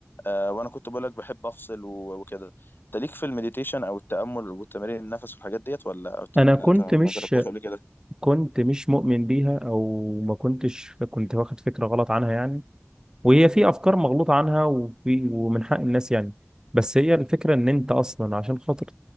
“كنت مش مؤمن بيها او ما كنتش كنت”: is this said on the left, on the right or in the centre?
Right